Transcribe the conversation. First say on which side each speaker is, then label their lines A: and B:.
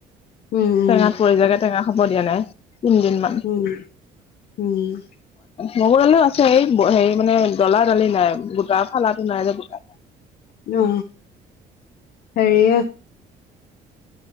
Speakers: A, on the left; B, on the left.
A: উম উম
B: টেঙাত পৰি যায় টেঙা খাব দিয়া নাই তিনদিনমান
A: উম উম
B: মগুৰ দালিও আছে এই হেৰি মানে ডলা দালি নাই গোটা ফালাটো নাই যে গোট
A: অ সেৰি